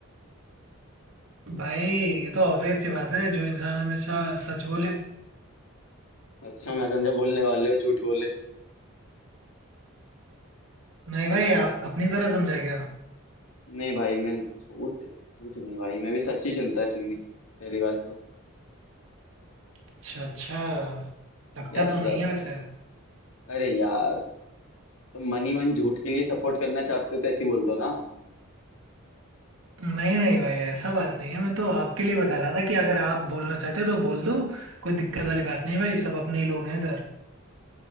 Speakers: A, on the right; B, on the left.
A: भाई ये तो ऑब्वियस सी बात है जो इंसान हमेशा सच बोले <laughs>
B: अच्छा मैसेंजर बोलने वाले हो झूठ बोले
A: नहीं भाई आप अपनी तरह समझाए क्या
B: नहीं भाई मैं झूठ झूठ नहीं भाई मैं भी सच्ची चुनता इसमें भी पहली बात तो
A: अच्छा अच्छा लगता
B: Yes
A: तो नहीं
B: brother
A: है वैसे
B: अरे यार तुम मनी मन ही मन झूठ के लिए सपोर्ट करना चाहते हो तो ऐसे ही बोल दो ना
A: नहीं नहीं भाई ऐसा बात नहीं है मैं तो आपके लिए बता रहा था कि अगर आप बोलना चाहते हो तो बोल दो कोई दिक्कत वाली बात नहीं भाई सब अपने ही लोग हैं इधर